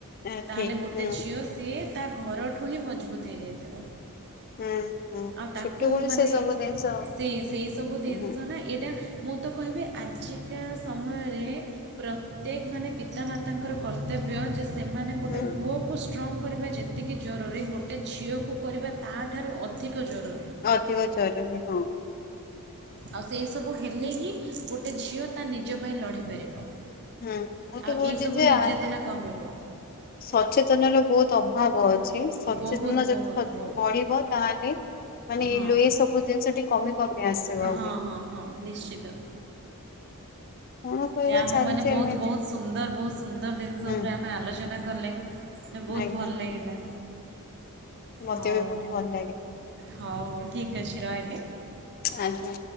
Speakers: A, on the left; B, on the right.
A: ଏ
B: ତାହେଲେ
A: ଠିକ
B: ଗୋଟେ
A: ହୁଁ
B: ଝିଅ ସିଏ ତା ଘରଠୁ ହିଁ ମଜବୁତ ହେଇଯାଇଥିବ।
A: ହୁଁ ହୁଁ
B: ଆଉ ତାକୁ
A: ଛୋଟବେଳୁ
B: ମାନେ
A: ସେ ସବୁ ଜିନିଷ
B: ସେଇ ସେଇ ସବୁ ଜିନିଷ
A: ହୁଁ
B: ନା ଏଇଟା ମୁଁ ତ କହିବି ଆଜିକା ସମୟରେ ପ୍ରତ୍ୟେକ ମାନେ ପିତାମାତାଙ୍କର କର୍ତ୍ତବ୍ୟ ଯେ ସେମାନେ ଗୋଟେ
A: ହୁଁ
B: ପୁଅକୁ ଷ୍ଟ୍ରଙ୍ଗ୍ କରିବା ଯେତିକି ଜରୁରୀ ଗୋଟେ ଗୋଟେ ଝିଅକୁ କରିବା ତାହାଠାରୁ ଅଧିକ ଜରୁରୀ।
A: ଅଧିକ ଜରୁରୀ ହଁ।
B: ଆଉ ସେଇ ସବୁ ହେଲେ ହିଁ ଗୋଟେ ଝିଅ ତା ନିଜ ପାଇଁ ଲଢ଼ିପାରିବ।
A: ହୁଁ ମୁଁ ତ
B: ଆଉ
A: କହୁଛି
B: ଏଇସବୁ
A: ଯେ
B: ନିର୍ଯାତନା କମିବ
A: ସଚେତନର ବହୁତ ଅଭାବ ଅଛି। ଅଛି ସଚେତନ
B: ବହୁତ ବହୁତ
A: ଯଦି
B: ବହୁତ
A: ବଢିବ ତାହେଲେ ମାନେ
B: ହଁ
A: ଲୋହ ସବୁ ଜିନିଷଟି କମି କମି ଆସିବ
B: ହଁ
A: ବୋଲି
B: ହଁ ହଁ ନିଶ୍ଚିତ
A: କଣ କହିବା
B: ଯାହା ହବ
A: ଚାଲିଛି
B: ମାନେ ବହୁତ
A: ଏମିତି
B: ବହୁତ ସୁନ୍ଦର ବହୁତ ସୁନ୍ଦର ଜିନିଷ
A: ହୁଁ
B: ଉପରେ ଆମେ ଆଲୋଚନା କଲେ। ମାନେ ବହୁତ
A: ଆଜ୍ଞା
B: ଭଲ ଲାଗିଲା।
A: ମତେ
B: ହଉ
A: ବି ବହୁତ ଭଲ ଲାଗେ।
B: ହଉ ହଉ ଠିକ୍ ଅଛି ରହିଲି।
A: ଆଜ୍ଞା